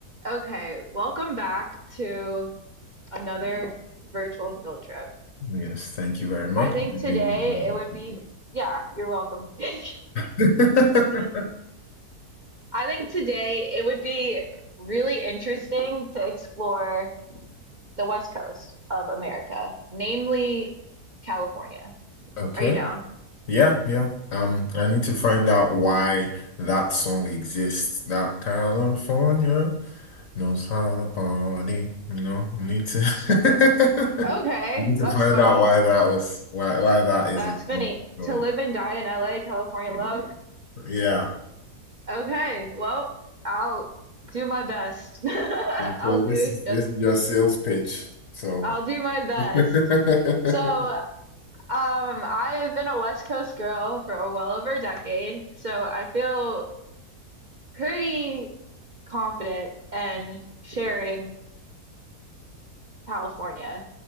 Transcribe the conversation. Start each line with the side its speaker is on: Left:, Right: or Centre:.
Right: Okay, welcome back to another virtual field trip.
Left: Yes, thank you very much.
Right: I think
Left: I
Right: today
Left: really enjoyed
Right: it would be, yeah, you're welcome. <laughs> I
Left: the <laughs>
Right: think today it would be really interesting to explore the West Coast of America, namely California.
Left: Okay.
Right: Are you down?
Left: Yeah, yeah. Um, I need to find out why that song exists. That California knows how to party. You know, I need to <laughs> I
Right: Okay,
Left: need
Right: that's
Left: to find
Right: funny.
Left: out why that was why why that is
Right: That's
Left: a
Right: funny.
Left: song. So
Right: To live and die in LA, California love.
Left: yeah.
Right: Okay, well, I'll do my best. <laughs> I'll
Left: And so
Right: do
Left: this is this
Right: just
Left: is your sales pitch. So
Right: I'll do
Left: <laughs>
Right: my best. So, um, I have been a West Coast girl for well over a decade, so I feel pretty confident in sharing California,